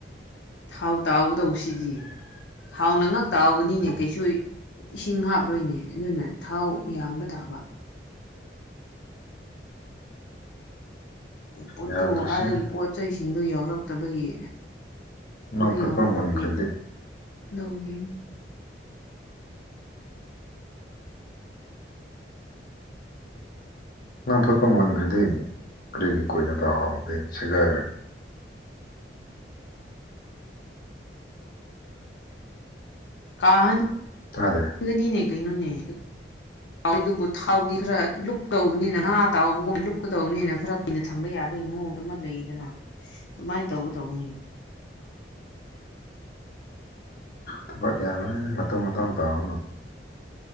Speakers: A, on the left; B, on the left.
A: ꯊꯥꯎ ꯇꯥꯎꯒꯗꯧꯕꯁꯤꯗꯤ ꯊꯥꯎ ꯅ ꯉꯥꯛ ꯇꯥꯎꯒꯅꯤꯅꯦ
B: ꯍꯧꯖꯤꯛ
A: ꯀꯩꯁꯨ ꯏꯁꯤꯡ ꯍꯥꯞꯂꯣꯏꯅꯦ ꯑꯗꯨꯅ ꯊꯥꯎ ꯌꯥꯝꯕ ꯇꯥꯕ ꯄꯣꯠꯇꯨ
B: ꯌꯥꯝꯗ꯭ꯔꯁꯨ
A: ꯑꯗꯒꯤ ꯄꯣꯠ ꯆꯩꯁꯤꯡꯗꯨ ꯌꯥꯎꯔꯛꯇꯕꯒꯤ ꯑꯗꯨ
B: ꯅꯪ ꯐꯨꯠꯄ
A: ꯌꯥꯎꯔꯕ꯭ꯔꯗꯤ
B: ꯃꯨꯟꯈ꯭ꯔꯗꯤ
A: ꯂꯧꯒꯦ
B: ꯅꯪ ꯐꯠꯄ ꯃꯨꯟꯈ꯭ꯔꯗꯤ ꯀꯔꯤꯒꯤꯔꯤ ꯀꯣꯏꯅ ꯇꯥꯍꯗꯦ ꯁꯦꯒꯥꯏꯔꯒ
A: ꯀꯥꯍꯟ
B: ꯑꯗꯦ
A: ꯒꯅꯤꯅꯦ ꯀꯩꯅꯣꯅꯦ ꯍꯥꯎꯏꯗꯨꯕꯨ ꯊꯥꯎꯗꯤ ꯈꯔ ꯂꯨꯞꯇꯧꯅꯤꯅ ꯉꯥ ꯇꯥꯎꯕꯒꯨꯝ ꯂꯨꯞꯀꯗꯧꯅꯤꯅ ꯈꯔ ꯑꯩꯅ ꯊꯝꯕ ꯌꯥꯕꯒꯤ ꯃꯑꯣꯡꯗꯨꯃ ꯂꯩꯗꯅ ꯑꯗꯨꯃꯥꯏꯅ ꯇꯧꯒꯗꯧꯕꯅꯤꯅꯦ
B: ꯊꯕꯛ ꯌꯝꯔꯣꯏꯅ ꯃꯇꯨꯡ ꯃꯇꯥꯡ ꯇꯥꯕꯅꯨ